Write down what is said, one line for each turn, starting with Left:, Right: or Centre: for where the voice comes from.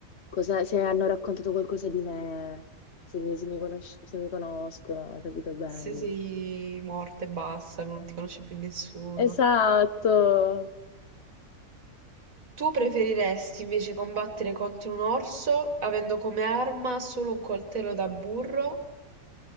Left: cosa- se hanno raccontato qualcosa di me, se mi, se mi conosc- se mi conoscono, capito? Bello.
Right: Se sei morta e basta, non ti conosce più nessuno.
Left: Esatto.
Right: Tu preferiresti invece combattere contro un orso avendo come arma solo un coltello da burro